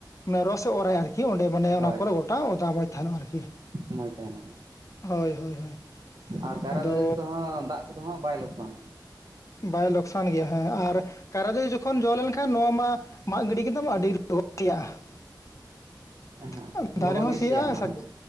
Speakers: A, on the left; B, on the right.
A: ᱢᱟᱱᱮ ᱨᱚᱥ ᱮ ᱚᱨᱟᱭ ᱟᱨᱠᱤ ᱚᱸᱰᱮ ᱢᱟᱱᱮ
B: ᱦᱳᱭ
A: ᱚᱱᱟ ᱠᱚᱨᱮ ᱜᱚᱴᱟ ᱚᱫᱟ ᱢᱚᱡᱽ ᱛᱟᱦᱮᱱᱚᱜᱼᱟ ᱟᱨᱠᱤ᱾
B: ᱢᱚᱡᱽ ᱛᱟᱦᱮᱱᱟ,
A: ᱦᱳᱭ ᱦᱳᱭ ᱦᱳᱭ
B: ᱟᱨ ᱠᱟᱭᱨᱟ
A: ᱟᱫᱚ
B: ᱫᱟᱨᱮ ᱠᱚᱫᱚ ᱦᱟᱸᱜ ᱫᱟᱜ ᱠᱚᱫᱚ ᱦᱟᱸ ᱵᱟᱭ ᱞᱚᱠᱥᱟᱱᱟ᱾
A: ᱵᱟᱭ ᱞᱚᱠᱥᱟᱱ ᱜᱮᱭᱟ ᱦᱮᱸ ᱟᱨ ᱠᱟᱭᱨᱟ ᱫᱟᱨᱤ ᱡᱚᱠᱷᱚᱱ ᱡᱚ ᱞᱮᱱᱠᱷᱟᱱ ᱱᱚᱣᱟ ᱢᱟ ᱢᱟᱜ ᱜᱤᱰᱤ ᱠᱮᱫᱟᱢ ᱟᱹᱰᱤ ᱞᱚᱜᱚᱱ ᱥᱮᱭᱟᱜ-ᱟ᱾ <inaudible>
B: ᱦᱮᱸ
A: ᱫᱟᱨᱮ
B: ᱞᱚᱜᱚᱱ
A: ᱦᱚᱸ
B: ᱜᱮ
A: ᱥᱤᱭᱟᱜᱼᱟ
B: ᱥᱮᱭᱟ ᱚᱱᱟ
A: ᱥᱟᱠ
B: ᱠᱚᱫᱚ